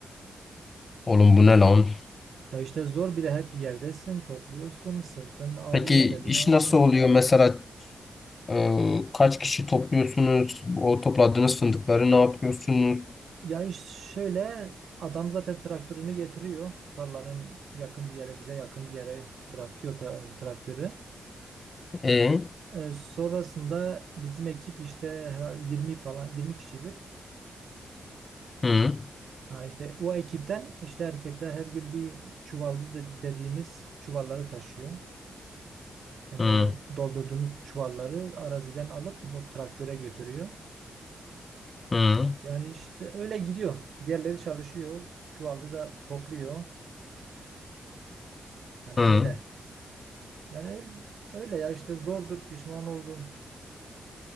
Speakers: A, on the left; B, on the right.
A: Oğlum bu ne lan?
B: Ya işte zor bir de hep yerdesin, topluyorsun, sırtın ağrıyor,
A: Peki
B: belin
A: iş
B: ağrıyor.
A: nasıl oluyor? Mesela Ee, kaç kişi topluyorsunuz? O topladığınız fındıkları ne yapıyorsunuz?
B: Ya iş şöyle adam zaten traktörünü getiriyor. Tarlanın yakın bir yere, bize yakın bir yere bırakıyor ta- traktörü.
A: E,
B: Ee, sonrasında bizim ekip işte her- 20 falan 20 kişidir.
A: hı,
B: Ha işte o ekipten işte erkekler her gün bir çuval de- dediğimiz çuvalları taşıyor. Yani
A: hı,
B: o doldurduğumuz çuvalları araziden alıp o traktöre götürüyor.
A: hı,
B: Yani işte öyle gidiyor. Diğerleri çalışıyor. Çuvalcı da topluyor. Hani
A: hı.
B: öyle. Yani öyle, öyle ya işte zordur pişman oldum.